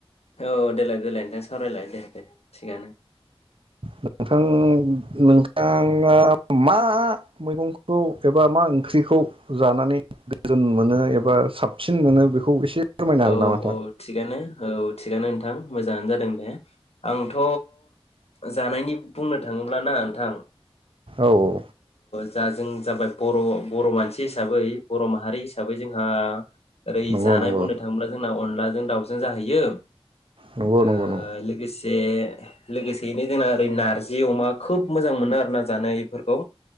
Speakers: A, on the left (about 80°); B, on the right (about 60°).
A: औ देलाय देलाय नोंथां सावरायलाय दे दे थिगानो।
B: नोंथां नोंथाङा मा मैगंखौ एबा मा ओंख्रिखौ जानानै गोजोन मोनो एबा साबसिन मोनो बेखौ एसे फोरमायनो हागोन
A: औ
B: नामा नोंथां
A: औ थिगानो। औ थिगानो नोंथां मोजाङानो जादों दे आंथ' जानायनि बुंनो थाङोब्ला ना नोंथां औ।
B: औ औ
A: दा जों जाबाय बर' बर' मानसि हिसाबै बर' माहारि हिसाबै जोंहा ओरै
B: नंगौ
A: जानाय
B: नंगौ
A: बुंनो जोंना अनलाजों दाउजों जाहैयो
B: नंगौ
A: ओ
B: नंगौ नंगौ
A: लोगोसे बे लोगोसेयैनो जोंना ओरै नारजि अमा खोब मोजां मोनो आरो ना जानो बेफोरखौ।